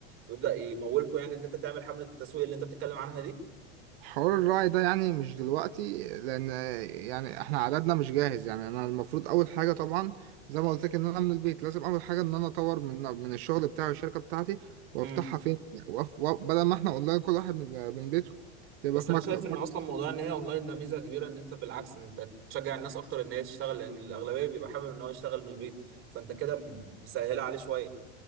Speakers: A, on the right; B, on the right.
A: ويبدأ يمولكم يعني ان انت تعمل حملة التسويق اللي انت بتتكلم عنها
B: حوار الراعي ده يعني مش دلوقتي لان يعني احنا عددنا مش جاهز يعني انا المفروض اول حاجه طبعا زي ما قلت لك ان انا من البيت لازم اول حاجه ان انا اطور من من الشغل بتاعي والشركه بتاعتي وافتحها
A: دي
B: فين وأف- وأ- بدل ما احنا اونلاين كل واحد من من بيته تبقى
A: بس
B: في
A: انا
B: مكتب
A: شايف ان اصلا موضوع ان هي اونلاين ده ميزه كبيره ان انت بالعكس انت تشجع الناس اكتر ان هي تشتغل لان الاغلبيه بيبقى حابب ان هو يشتغل من البيت فانت كده مسهله عليه شويه